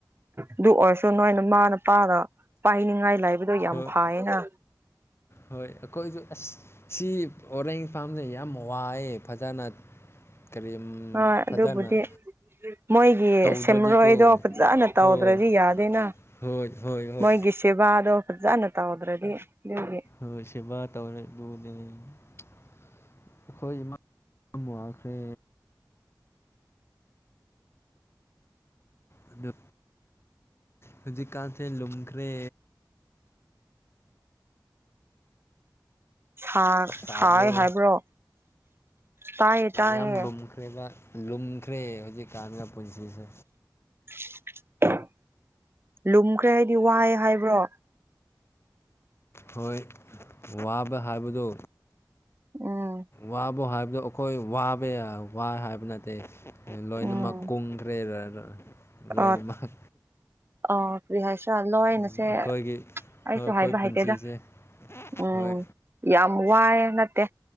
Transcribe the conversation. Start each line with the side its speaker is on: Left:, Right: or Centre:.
Right: ꯑꯗꯨ ꯑꯣꯏꯔꯁꯨ ꯅꯣꯏꯅ ꯃꯥꯅ ꯄꯥꯅ ꯄꯥꯅꯤꯡꯉꯥꯏ ꯂꯥꯏꯕꯗꯣ ꯌꯥꯝ
Left: ꯍꯣꯏ
Right: ꯐꯌꯦꯅ
Left: ꯍꯣꯏ ꯑꯩꯈꯣꯏꯁꯨ ꯑꯁ ꯁꯤ ꯑꯣꯔꯦꯟ ꯐꯥꯝꯁꯦ ꯌꯥꯝ ꯋꯥꯏꯑꯦ ꯐꯖꯅ ꯀꯔꯤꯝ
Right: ꯍꯣꯏ
Left: ꯐꯖꯅ
Right: ꯑꯗꯨꯕꯨꯗꯤ ꯃꯣꯏꯒꯤ
Left: ꯇꯧꯗ꯭ꯔꯗꯤꯀꯣ
Right: ꯁꯦꯝꯔꯣꯏꯗꯣ ꯐꯖꯅ ꯇꯧꯗ꯭ꯔꯗꯤ
Left: ꯍꯣꯏ
Right: ꯌꯥꯗꯦꯅ
Left: ꯍꯣꯏ ꯍꯣꯏ ꯍꯣꯏ
Right: ꯃꯣꯏꯒꯤ ꯁꯦꯕꯥꯗꯣ ꯐꯖꯅ ꯇꯧꯗ꯭ꯔꯗꯤ ꯑꯗꯨꯒꯤ
Left: ꯑꯣꯏ ꯁꯦꯕꯥ ꯇꯧꯔꯦꯕꯨꯗꯤ ꯑꯩꯈꯣꯏ ꯏꯃꯥ ꯗꯨꯝ ꯋꯥꯈ꯭ꯔꯦ ꯑꯗꯨ ꯍꯧꯖꯤꯛꯀꯥꯟꯁꯦ ꯂꯨꯝꯈ꯭ꯔꯦ
Right: ꯁꯥ
Left: ꯇꯥꯕ꯭ꯔꯣ
Right: ꯁꯥꯏꯌꯦ ꯍꯥꯌꯋꯦ ꯍꯥꯏꯕ꯭ꯔꯣ ꯇꯥꯏꯌꯦ ꯇꯥꯏꯌꯦ
Left: ꯌꯥꯝ ꯂꯨꯝꯈ꯭ꯔꯦꯕ ꯂꯨꯝꯈ꯭ꯔꯦ ꯍꯧꯖꯤꯛꯀꯥꯟꯒꯥ ꯄꯨꯟꯁꯤꯁꯦ
Right: <unintelligible> ꯂꯨꯝꯈ꯭ꯔꯦ ꯍꯥꯏꯗꯤ ꯋꯥꯏ ꯍꯥꯏꯕ꯭ꯔꯣ
Left: ꯍꯣꯏ ꯋꯥꯕ ꯍꯥꯏꯕꯗꯣ
Right: ꯎꯝ
Left: ꯋꯥꯕꯨ ꯍꯥꯏꯕꯗꯣ ꯑꯩꯈꯣꯏ ꯋꯥꯕ ꯌꯥ ꯋꯥ ꯍꯥꯏꯕ ꯅꯠꯇꯦ ꯂꯣꯏꯅꯃꯛ
Right: ꯎꯝ
Left: ꯀꯨꯝꯈ꯭ꯔꯦꯔꯥꯔꯥ ꯂꯣꯏꯅꯃꯛ
Right: ꯑ ꯑ ꯀꯔꯤ ꯍꯥꯏꯁꯤꯔꯥ ꯂꯣꯏꯅꯁꯦ
Left: ꯎꯝ ꯑꯈꯣꯏꯒꯤ
Right: ꯑꯩꯁꯨ
Left: ꯑꯈꯣꯏ
Right: ꯍꯥꯏꯕ
Left: ꯄꯨꯟꯁꯤꯁꯦ
Right: ꯍꯩꯇꯦꯗ ꯎꯝ
Left: ꯍꯣꯏ
Right: ꯌꯥꯝ ꯋꯥꯏꯑꯦ ꯅꯠꯇꯦ